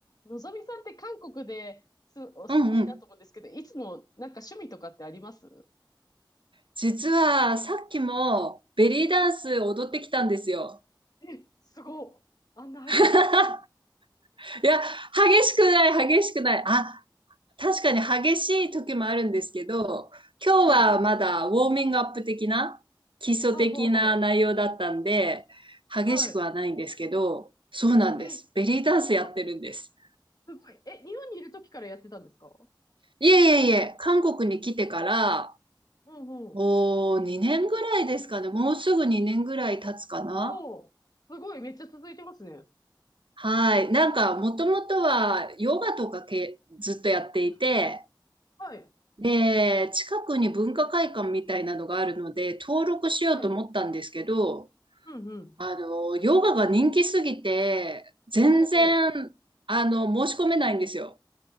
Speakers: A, on the left; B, on the right.
A: のぞみさんって韓国ですお住まいだと思うんですけど、
B: うんうん。
A: いつもなんか趣味とかってあります
B: 実はさっきもベリーダンス踊ってきたんですよ。
A: え、すごっ。あんな激しい。
B: <laughs> いや、激しくない、激しくない。あ、確かに激しい時もあるんですけど、今日はまだウォーミングアップ的な、
A: はい。
B: 基礎的な内容だったんで、
A: はあ、はあ、は
B: 激しくはないんですけど、
A: あ。はい。
B: そうなんです。
A: え、
B: ベリーダンスやってるんです。
A: あすごい。え、日本にいる時からやってたんですか
B: いえいえいえ、韓国に来てから、
A: うんうん。
B: おー、2年ぐらいですかね。もうすぐ2年ぐらい経つかな。
A: おー。すごい。めっちゃ続いてますね。
B: はい。なんか、もともとはヨガとかけずっとやっていて、
A: うんはい。
B: で、近くに文化会館みたいなのがあるので、登録しようと思ったんですけど、
A: はい。うんうん。
B: あの、ヨガが人気すぎて、全然、
A: ほうほ
B: あの、申し込めないんですよ。